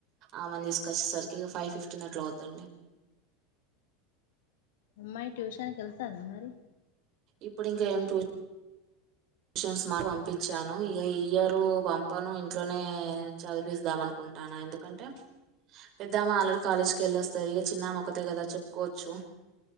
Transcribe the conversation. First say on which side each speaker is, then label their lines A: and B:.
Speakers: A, on the right (about 40°); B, on the left (about 80°).
A: ఆమెని తీసుకొచ్చేసర్ కి ఫైవ్ ఫిఫ్టీన్ అట్లా అవ్వుదండి
B: అమ్మాయి ట్యూషన్కి వెళ్తాతా మరి
A: ఇప్పుడు ఇంకా ఏమ్ టూ టూషన్స్ మాను పంపించాను ఇక ఇయరు పంపాను ఇంట్లోనే చదిపిస్తాం అను కుంటానా ఎందుకంటే పెద్దామా ఆల్రెడీ కాలేజ్కి వెళ్లి వస్తాది ఇక చిన్నమే ఒకతే కదా చెప్పుకోవచ్చు.